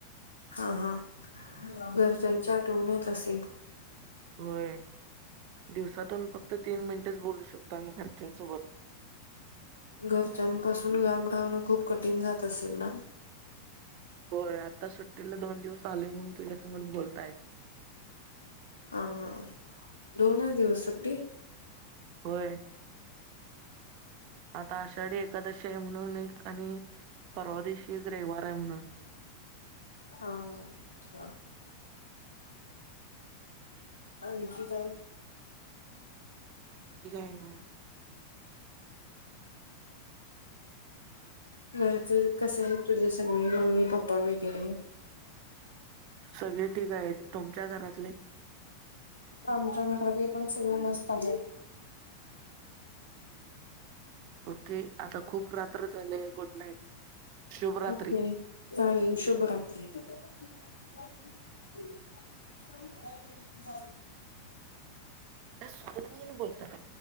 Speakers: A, on the left; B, on the right.
A: हा हा घरच्यांची आठवण येत असेल.
B: होय दिवसांतून फक्त तीन मिनिटंच बोलू शकतो आम्ही घरच्यांसोबत
A: घरच्यांपासून लांब राहणं कठीण जात असेल ना
B: होय आता सुट्टीला दोन दिवस आले म्हणून तुझ्या संघट बोलत आहे.
A: हा हं दोनच दिवस सुट्टी
B: होय आता आषाढी एकादशी आहे म्हणून एक आणि परवा दिवशी एक रविवार आहे म्हणून
A: हा अच्छा आणखी काय
B: आणखी काय नाही
A: <unintelligible> कसे आहेत तुझे सगळे मम्मी पप्पा वगैरे
B: सगळे ठीक आहेत तुमच्या घरातले
A: आमच्या घरातले पण सगळे मस्त आहेत
B: ओके आता खूप रात्र झालेय गुड नाईट. शुभरात्री
A: ओके चालेल, शुभरात्री <unintelligible>
B: काय सुचत नाही कनी बोलताना